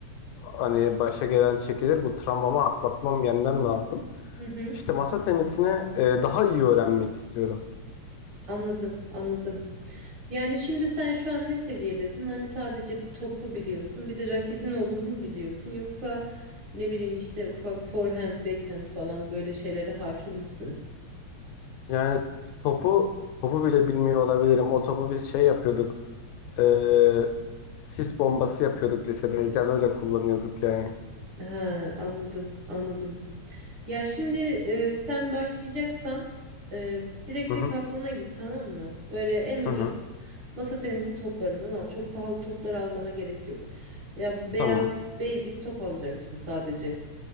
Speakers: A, on the left (about 80°); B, on the right (about 50°).
A: hani başa gelen çekilir bu travmamı atlatmam yenmem lazım.
B: Hı hı,
A: İşte masa tenisini e, daha iyi öğrenmek istiyorum.
B: anladım, anladım. Yani şimdi sen şu an ne seviyedesin? Hani sadece bir topu biliyorsun, bir de raketin olduğunu mu biliyorsun? Yoksa ne bileyim işte ufak forehand, backhand falan böyle şeylere hakim misin?
A: Yani topu topu bile bilmiyor olabilirim. O topu biz şey yapıyorduk. Ee, sis bombası yapıyorduk lisedeyken öyle kullanıyorduk yani.
B: Ha anladım, anladım. Ya şimdi e, sen başlayacaksan e, direkt
A: Hı
B: Decathlon'a
A: hı.
B: git tamam mı? Böyle en ucuz
A: Hı hı.
B: masa tenisi toplarından al. Çok pahalı toplar almana gerek yok. Ya beyaz
A: Tamam.
B: basic top alacaksın sadece.